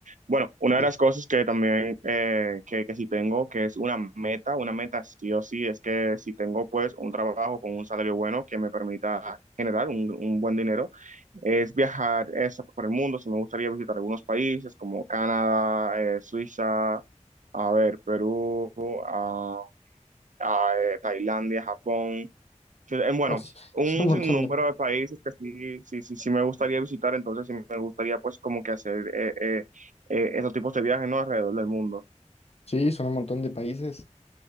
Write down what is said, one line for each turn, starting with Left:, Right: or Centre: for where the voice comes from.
Right: Bueno, una
Left: Y,
Right: de las cosas que también, eh, que, que sí tengo, que es una meta, una meta sí o sí, es que si tengo pues un trabajo con un salario bueno que me permita generar un, un buen dinero, es viajar eso por el mundo, si me gustaría visitar algunos países como Canadá, eh, Suiza, a ver, Perú, ah, a eh, Tailandia, Japón, Ch- en, bueno,
Left: oh, <laughs>
Right: un
Left: son un montón
Right: sinnúmero
Left: de...
Right: de países que sí, sí, sí, sí me gustaría visitar, entonces sí me gustaría pues como que hacer eh, eh, eh, esos tipos de viajes, ¿no? Alrededor del mundo.
Left: Sí, son un montón de países.